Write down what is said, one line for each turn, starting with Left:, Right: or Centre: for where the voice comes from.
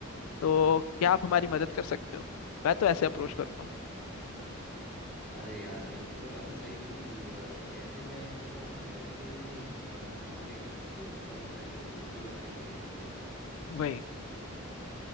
Left: तो क्या आप हमारी मदद कर सकते हो मैं तो ऐसे अप्रोच करूंगा
Centre: अरे यार ये तो तुमने काफी सही अ, ऐसे में फिर वो हमसे डरेंगे भी नहीं और अगर हमारे दोस्त बनना चाहेंगे तो दोस्त भी बन जाएंगे वो जल्दी
Left: वही